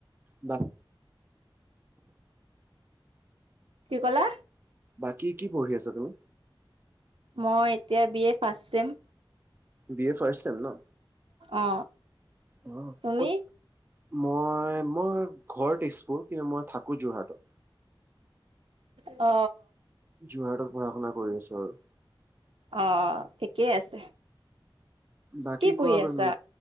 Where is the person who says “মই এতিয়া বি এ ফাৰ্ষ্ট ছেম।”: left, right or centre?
Right